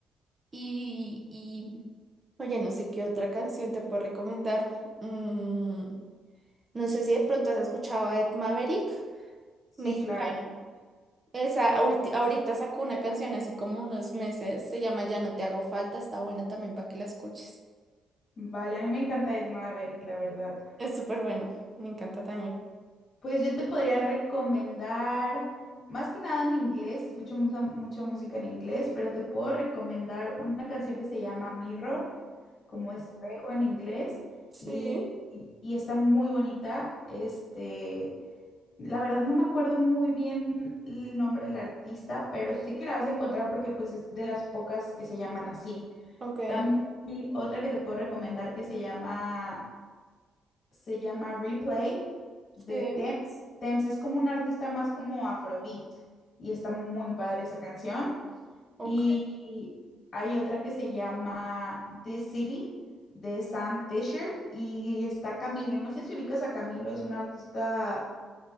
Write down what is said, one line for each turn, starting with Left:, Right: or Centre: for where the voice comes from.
Right: Y, y, oye, no sé qué otra canción te puedo recomendar. Mm, no sé si de pronto has escuchado a Ed Maverick,
Left: Sí,
Right: mexicano.
Left: claro.
Right: Esa, ulti- ahorita sacó una canción hace como unos meses, se llama Ya no te hago falta, está buena también para que la escuches.
Left: Vale, a mí me encanta Ed Maverick, la verdad.
Right: Es súper bueno, me encanta también.
Left: Pues yo te podría recomendar, más que nada en inglés, escucho mucha, mucha música en inglés, pero te puedo recomendar una canción que se llama Mirror, como espejo en inglés,
Right: Sí,
Left: y, y- y está muy bonita. Este, la verdad no me acuerdo muy bien el nombre del artista, pero sí que la vas a encontrar porque pues es de las pocas que se llaman así.
Right: ok,
Left: También hay otra que te puedo recomendar que se llama se llama Replay de
Right: sí,
Left: Tems. Tems es como un artista más como afrobeat y está muy padre esa canción.
Right: ok.
Left: Y hay otra que se llama This City de Sam Fisher y está Camilo. No sé si ubicas a Camilo, es un artista,